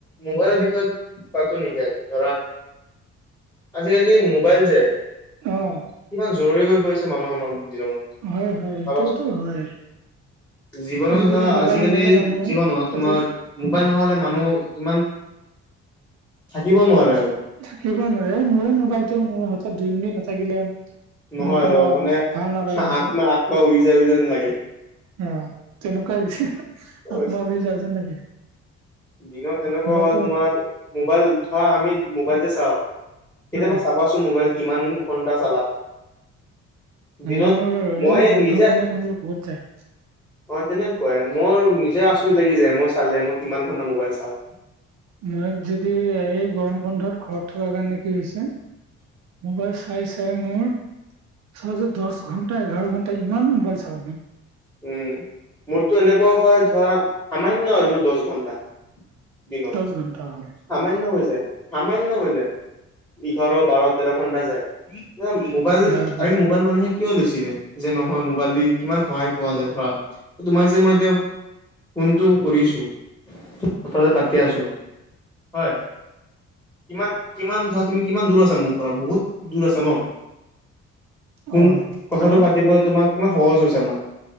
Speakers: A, in the centre; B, on the right.
A: মোবাইলৰ বিষয়ে পাতো নেকি আজি? ধৰা আজি-কালি মোবাইল যে
B: অ'
A: কিমান জৰুৰী হৈ পৰিছে মানুহৰ মন <unintelligible>
B: হয়। হয়, সেইটোওতো
A: ভাবাচোন
B: হয়।
A: জীৱনত
B: আজি-কালি
A: ধৰা
B: মোবাইল
A: আজিকালি
B: নহ'লে মানুহ
A: জীৱনত তোমাৰ
B: আজি
A: মোবাইল নহ'লে মানুহ ইমান থাকিব নোৱাৰে আৰু।
B: থাকিবই নোৱাৰে। মোৰো মোবাইলটো মোৰ হাতত দুই মিনিট নাথাকিলে
A: নহয়
B: মানে কিবা
A: আৰু মানে আত্মা,
B: ভাল নালাগা হৈছে।
A: আত্মা উৰি যায় উৰি যায় যেন লাগে।
B: অ' তেনেকুৱাই হৈছে। আত্মা
A: অ
B: উৰি যোৱা যেন লাগে।
A: দিনত তেনেকুৱা
B: মোবাইলটো
A: হয় তোমাৰ মোবাইল, ধৰা আমি মোবাইল যে চাওঁ। কেতিয়াবা
B: অ'
A: চাবাচোন মোবাইল কিমান ঘণ্টা চালা। দিনত
B: মোৰ
A: মই
B: এ বন্ধৰ
A: নিজে
B: দিনত মোৰ বহুত যায়।
A: অ' তেনেকুৱাই। মোৰ নিজে আচৰিত লাগি যায় মই চালে মই কিমান ঘন্টা মোবাইল চাওঁ।
B: মই যদি এই গৰম বন্ধত ঘৰত থকা কাৰণে কি হৈছে। মোবাইল চাই চাই মোৰ চাওঁ যে দছ ঘণ্টা, এঘাৰ ঘণ্টা ইমান মোবাইল চাওঁ মই।
A: উম, মোৰটো এনেকুৱা হয় ধৰা সামান্য আৰু মোৰ দছ ঘন্টা। দিনত,
B: দহ ঘন্টা অ
A: সামান্য হৈ যায়, সামান্য হৈ যায়। ইঘাৰ, বাৰ, তেৰ ঘন্টা যায়। <unintelligible> মোবাইল
B: এঘাৰ বাৰ
A: আমি মোবাইল মানুহে কিয় লৈছিলে যে নহয় মোবাইল দি কিমান সহায় পোৱা যায়। ধৰা তোমাক যে মই এতিয়াও ফোনটো কৰিছোঁ কথা যে পাতি আছোঁ। হয়। কিমান, কিমান ধৰা তুমি কিমান দূৰ আছা মোৰ পৰা? বহুত দূৰ আছা ন? ফোন
B: অ
A: কথাটো
B: আৰু
A: পাতিবলে তোমাক কিমান সহজ হৈছে আমাৰ।